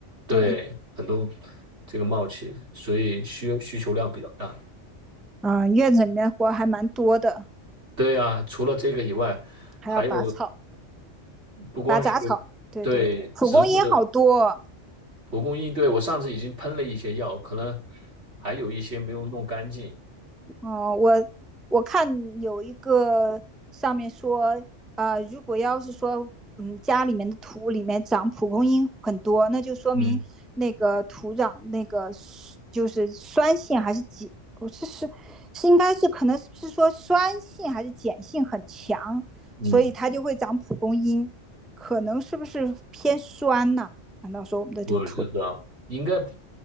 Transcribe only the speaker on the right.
对很多
这个冒气，所以需需求量比较大。
对啊，除了这个以外，
还有不光是
对植物的。
蒲公英，对，我上次已经喷了一些药，可能还有一些没有弄干净。
嗯
嗯，
我知道，应该不